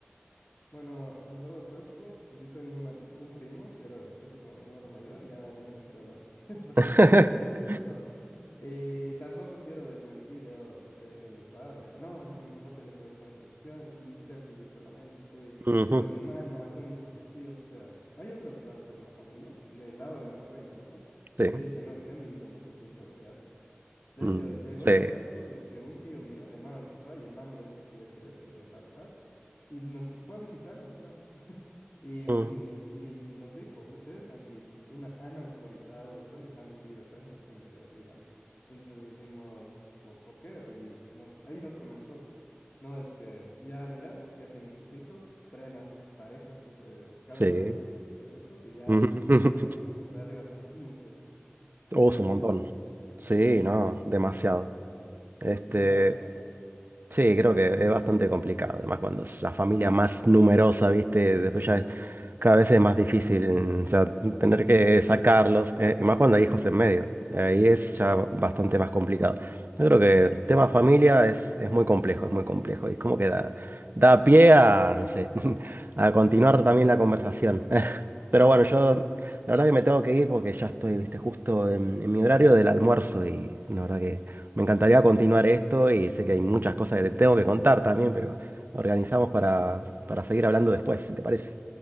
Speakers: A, on the left; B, on the right.
A: Bueno, en todo caso, yo tenía una pr- un primo que era casi como mi hermano mayor, ya, ya no me quiere hablar, <laughs> porque
B: <laughs>
A: él piensa que ya les he matado. Y tampoco quiero desmentir yo lo que dijo mi papá, de, no, es que mi papá tenía que ver toda esa decisión y ni siquiera fui yo solamente, fue,
B: Ujú,
A: fue mi hermana, fue mis otros tíos, o sea, hay otras partes de la familia, del lado de mi papá incluso,
B: Sí,
A: que dicen, no, es que han vivido mucho tiempo de gratis. De
B: mm,
A: hecho, llegó
B: sí,
A: el caso de que un tío mío, hermano de mi papá y hermano de esta tía que le dejó alojar, y nos fu- fue a visitarlos, pues. Y,
B: mm,
A: me- y nos dijo, ustedes han, di- una, han autorizado o están dejando que viva tanta gente ahí arriba. Y nosotros decimos, "¿Po- ¿por qué? Y nos, ahí nos comentó, pues, no, es que ya, mira, ya tienen sus hijos, traen a sus parejas, es, eh, cada
B: sí.
A: uno de estos, de estos, y ya
B: Mm. <laughs>
A: más o menos en la casa de arriba son quince Y
B: Oh,
A: era
B: es un
A: de,
B: montón.
A: uy,
B: Sí,
A: uy, uy,
B: no,
A: uy.
B: demasiado.
A: uy".
B: Este,
A: Y ya,
B: sí, creo que es bastante complicado, además cuando es la familia más numerosa, ¿viste? Después ya cada vez es más difícil, o sea, tener que sacarlos, eh, y más cuando hay hijos en medio. Ahí es ya bastante más complicado. Yo creo que el tema familia es, es muy complejo, es muy complejo. Y es como que da, da pie a, no sé, <laughs> a continuar también la conversación. <laughs> Pero bueno,
A: mm,
B: yo
A: sí, sí, sí.
B: la verdad que me tengo que ir porque ya estoy, viste, justo en, en mi horario del almuerzo y la verdad que me encantaría continuar esto y sé que hay muchas cosas que te tengo que contar también, pero organizamos para, para seguir hablando después, si te parece.